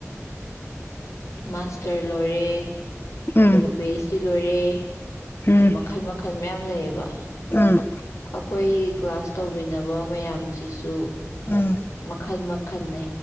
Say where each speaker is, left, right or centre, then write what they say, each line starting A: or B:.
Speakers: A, on the left; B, on the left.
A: ꯃꯥꯥꯁꯇꯔ ꯂꯣꯏ ꯔꯦ꯫
B: ꯎꯝ
A: ꯑꯗꯨꯒ ꯄꯤꯍꯩꯁ ꯂꯣꯏꯔꯦ꯫
B: ꯎꯝ
A: ꯃꯈꯜ ꯃꯈꯜ꯫ ꯃꯌꯥꯝ ꯂꯩꯌꯦꯕ꯫
B: ꯎꯝ
A: ꯑꯩꯈꯣꯏ ꯀ꯭ꯂꯥꯁ꯫ ꯇꯧꯃꯤꯟꯅꯕ ꯃꯌꯥꯝꯁꯤꯁꯨ꯫
B: ꯎꯝ
A: ꯃꯈꯜ ꯃ ꯈꯟꯅꯦ꯫